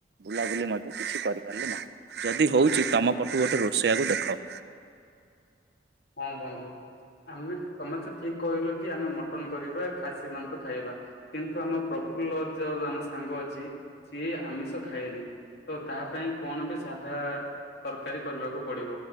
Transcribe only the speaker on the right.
ବୁଲାବୁଲି ମଧ୍ୟ କିଛି କରିପାରିଲେ ନାହିଁ ଯଦି ହଉଛି ତମ ପଟୁ ଗୋଟେ ରୋଷେଇଆକୁ ଦେଖ।